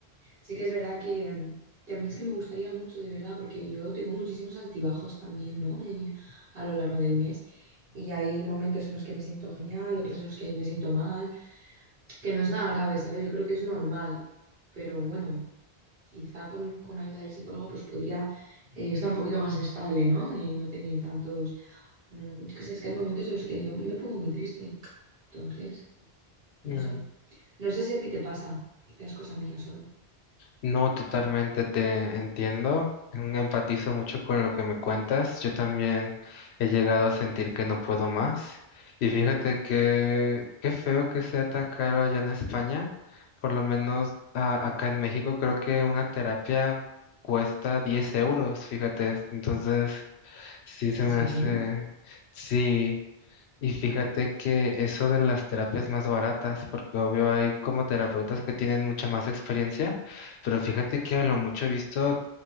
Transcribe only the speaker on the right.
sí que es verdad que, que a mí es que me gustaría mucho, de verdad, porque yo tengo muchísimos altibajos también, ¿no? Eh, a lo largo del mes. Y hay momentos en los que me siento genial, otros en los que me siento mal, que no es nada grave, ¿sabes? Yo creo que es normal, pero bueno, quizá con, con ayuda del psicólogo pues podría eh, estar un poquito más estable, ¿no? Y no tener tantos... mm, yo qué sé, es que hay momentos en los que yo me pongo muy triste entonces,
no sé. No sé si a ti te pasa. Quizás cosa mía solo.
¿En
serio?